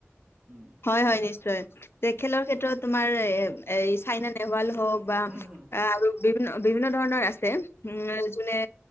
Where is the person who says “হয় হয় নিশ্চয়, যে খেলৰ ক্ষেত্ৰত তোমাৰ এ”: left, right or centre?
Left